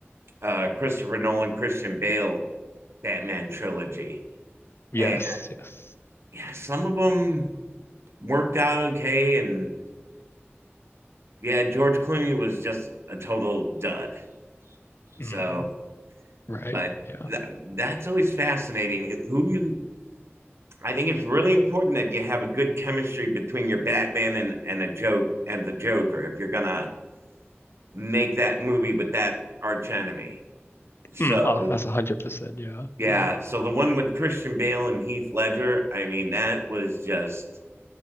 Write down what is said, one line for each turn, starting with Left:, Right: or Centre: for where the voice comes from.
Right: uh, Christopher Nolan, Christian Bale Batman trilogy,
Left: Yes,
Right: and
Left: yes.
Right: some of them worked out okay. And yeah, George Clooney was just a total dud. So,
Left: Mm. Right.
Right: but
Left: Yeah.
Right: th- that's always fascinating. Who you, I think it's really important that you have a good chemistry between your Batman and, and a joke and the Joker if you're going to make that movie with that arch enemy. So,
Left: Mm. Ah, that's a hundred percent. Yeah.
Right: yeah.
Left: Yeah.
Right: So the one with Christian Bale and Heath Ledger, I mean, that was just